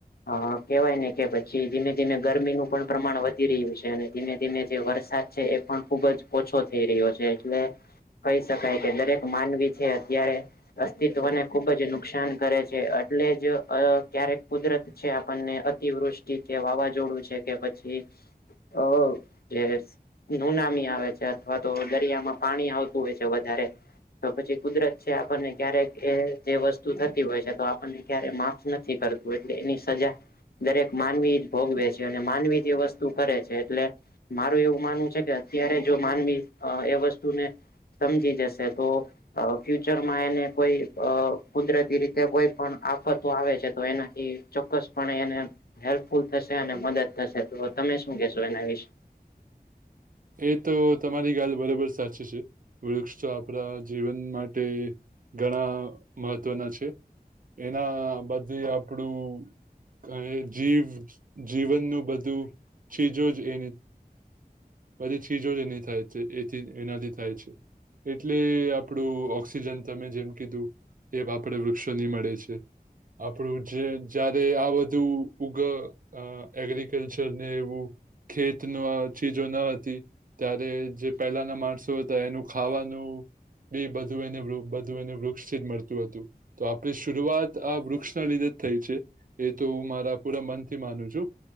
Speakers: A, on the left; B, on the right.
A: અ કહેવાય ને કે પછી ધીમે ધીમે ગરમીનું પણ પ્રમાણ વધી રહ્યું છે અને ધીમે ધીમે જે વરસાદ છે એ પણ ખુબ જ ઓછો થઈ રહ્યો છે એટલે કહી શકાય કે દરેક માનવી છે અત્યારે અસ્તિત્વને ખુબ જ નુકસાન કરે છે એટલે જ ક્યારેક કુદરત છે આપણને અતિવૃષ્ટિ કે વાવાઝોડું છે. કે પછી અ જે નુનામી આવે છે અથવા તો દરિયામાં પાણી આવતું હોય છે વધારે તો પછી કુદરત છે આપણને ક્યારેક એ જે વસ્તુ થતી હોય છે. તો આપણને ક્યારે માફ નથી કરતું એટલે એની સજા દરેક માનવી જ ભોગવે છે અને માનવી જે એ વસ્તુ કરે છે એટલે મારું એવું માનવું છે કે અત્યારે જો માનવી એ વસ્તુને સમજી જશે તો અ ફ્યુચરમાં એને કોઈ અ કુદરતી રીતે કોઈ પણ આફતો આવે છે તો એનાથી ચોક્કસ પણે એને હેલ્પફુલ થશે અને મદદ થશે તો તમે શું કેશો એના વિશે.
B: એ તો તમારી ગાલ બરોબર સાચી છે વૃક્ષ તો આપણા જીવન માટે ઘણા મહત્વના છે એના બધે આપણું કહે જીવ જીવનનું બધું ચીજો જ એની બધી ચીજો જ એની થાય છે એ ચીજ એનાથી થાય છે. એટલે આપડું ઓક્સિજન તમે જેમ કીધું. એ આપડે વૃક્ષોની મળે છે. આપણું જે જયારે આ બધું ઉગ અ એગ્રિકલ્ચર ને એવું ખેત ના ચીજો ના ત્યારે જે પહેલાના માણસો હતા એનું ખાવાનું એ બધું એને બધું એને વૃક્ષથી જ મળતું હતું. તો આપણે શરૂઆત આ વૃક્ષના લીધે જ થઈ છે. એ તો હું મારા પૂરા મનથી માનું છું.